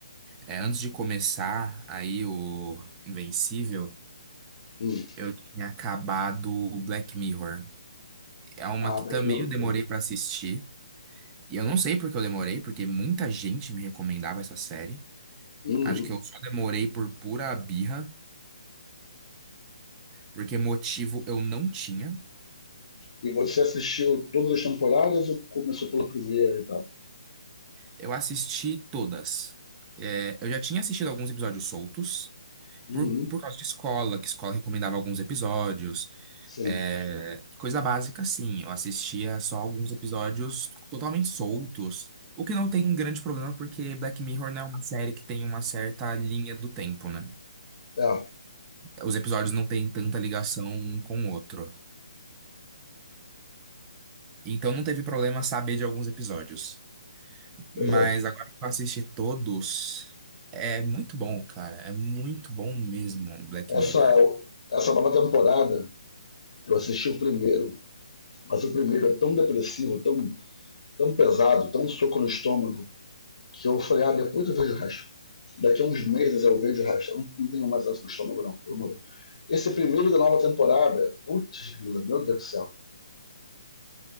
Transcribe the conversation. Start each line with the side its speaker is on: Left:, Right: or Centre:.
Right: é, antes de começar aí o Invencível,
Left: Uhum.
Right: eu tinha acabado o Black Mirror. É uma
Left: Ah,
Right: que
Left: Black
Right: também
Left: Mirror, é
Right: eu
Left: muito
Right: demorei
Left: bom.
Right: pra assistir. E eu não sei porque eu demorei, porque muita gente me recomendava essa série.
Left: Uhum.
Right: Acho que eu só demorei por pura birra, porque motivo eu não tinha.
Left: E você assistiu todas as temporadas ou começou pela primeira e tal?
Right: Eu assisti todas. É, eu já tinha assistido alguns episódios soltos,
Left: Uhum.
Right: por, por causa de escola, que escola recomendava alguns episódios.
Left: Sim.
Right: É, coisa básica, sim. Eu assistia só alguns episódios totalmente soltos. O que não tem grande problema, porque Black Mirror não é uma série que tem uma certa linha do tempo, né?
Left: É,
Right: Os episódios não têm tanta ligação um com o outro. Então não teve problema saber de alguns episódios. Mas
Left: pois é.
Right: agora que eu assisti todos, é muito bom, cara. É muito bom mesmo, Black
Left: Essa,
Right: Mirror.
Left: essa nova temporada Eu assisti o primeiro, mas o primeiro é tão depressivo, tão, tão pesado, tão soco no estômago, que eu falei, ah, depois eu vejo o resto. Daqui a uns meses eu vejo o resto. Eu não, não tenho mais essa no estômago, não, pelo amor de Deus. Esse primeiro da nova temporada, putz, grila, meu Deus do céu.